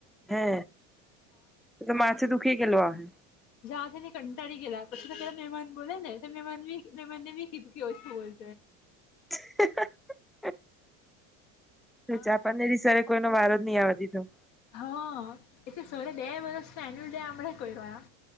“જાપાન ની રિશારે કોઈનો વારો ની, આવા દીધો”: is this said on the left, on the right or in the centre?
Centre